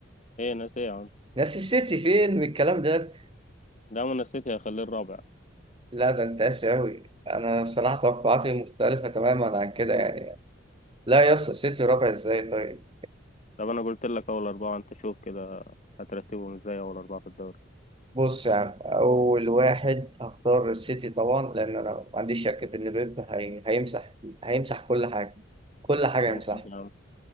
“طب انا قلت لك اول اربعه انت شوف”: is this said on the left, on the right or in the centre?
Left